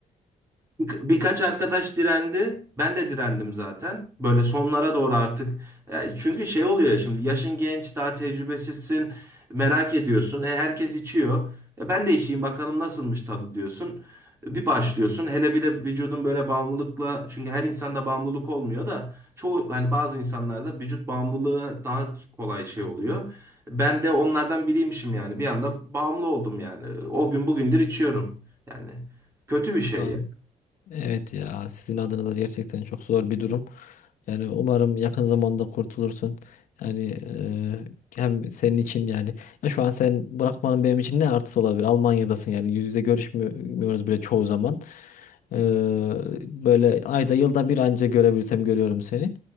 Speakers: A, on the right (about 20°); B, on the left (about 70°).
A: Bir- Birkaç arkadaş direndi. Ben de direndim zaten. Böyle sonlara doğru artık. E, Çünkü şey oluyor ya şimdi yaşın genç, daha tecrübesizsin. Merak ediyorsun. E, herkes içiyor. E, ben de içeyim bakalım nasılmış tadı diyorsun. E, Bir başlıyorsun. Hele bir de vücudun böyle bağımlılıkla çünkü her insanda bağımlılık olmuyor da çoğu hani bazı insanlarda vücut bağımlılığı daha kolay şey oluyor. Ben de onlardan biriymişim yani. Bir anda bağımlı oldum yani. O gün bugündür içiyorum. Yani kötü
B: <laughs>
A: bir şey
B: Aa. Evet ya sizin adınıza gerçekten çok zor bir durum. Yani umarım yakın zamanda kurtulursun. Yani eee, hem senin için yani ya şu an sen bırakmanın benim için ne artısı olabilir? Almanya'dasın yani yüz yüze görüşmüyoruz bile çoğu zaman. Eee, böyle ayda yılda bir anca görebilsem görüyorum seni.